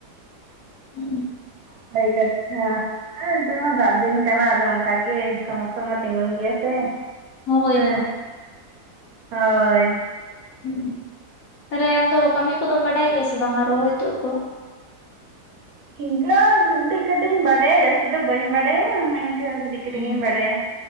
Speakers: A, on the left; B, on the right.
A: ᱦᱩᱸᱜ-ᱩᱸ᱾
B: ᱱᱟᱯᱟᱭ ᱠᱟᱛᱷᱟ᱾ ᱦᱮᱸ ᱱᱤᱛᱜ ᱢᱟ ᱫᱟᱜ ᱫᱤᱱ ᱠᱟᱱᱟ᱾ ᱟᱫᱚ ᱚᱱᱠᱟ ᱜᱮ ᱥᱚᱢᱚᱥᱟ ᱢᱟ ᱛᱤᱸᱜᱩᱱ ᱜᱮᱭᱟ ᱥᱮ᱾
A: ᱚ ᱦᱳᱭ ᱦᱳᱭ
B: ᱮᱸ ᱦᱳᱭ᱾
A: ᱦᱩᱸ᱾ ᱛᱟᱞᱦᱮ ᱟᱢ ᱫᱚ ᱠᱟᱹᱢᱤ ᱠᱚᱫᱚᱢ ᱵᱟᱰᱟᱭ ᱜᱮᱭᱟ ᱥᱮ ᱵᱟᱝᱟ ᱨᱚᱦᱚᱭ ᱛᱩᱫ ᱠᱚ?
B: ᱤᱧᱠᱟ. ᱠᱟᱹᱴᱤᱡ ᱠᱟᱹᱴᱤᱡ ᱤᱧ ᱵᱟᱰᱟᱭᱟ ᱡᱟᱹᱥᱛᱤ ᱫᱚ ᱵᱟᱹᱧ ᱵᱟᱰᱟᱭᱟ᱾ ᱤᱱᱠᱟᱹ ᱠᱟᱹᱴᱤᱡ
A: ᱦᱩᱸ᱾
B: ᱠᱟᱹᱴᱤᱡ ᱜᱤᱧ ᱵᱟᱰᱟᱭᱟ